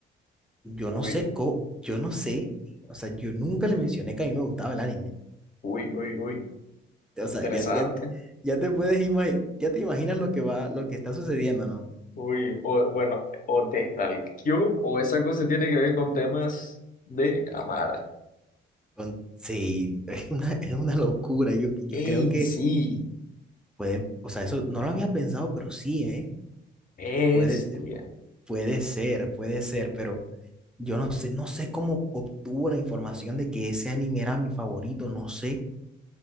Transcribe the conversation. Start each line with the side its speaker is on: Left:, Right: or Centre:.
Centre: Yo
Left: Uy,
Centre: no sé, co- yo no sé, o sea, yo nunca le mencioné que a mí me gustaba el anime.
Left: uy, uy, uy.
Centre: O sea,
Left: Interesante.
Centre: ya, ya, ya te puedes imaginar, ya te imaginas lo que va, lo que está sucediendo, ¿no?
Left: Uy, o, bueno, o te stalkeó o esa cosa tiene que ver con temas de amar.
Centre: Con- sí, <laughs> es una, es una locura. Yo, yo
Left: ¡Ey,
Centre: creo que
Left: sí!
Centre: puede, o sea, eso no lo había pensado, pero sí, ¿eh?
Left: Este,
Centre: Puede, puede ser, puede ser, pero... Yo no sé, no sé cómo obtuvo la información de que ese anime era mi favorito, no sé,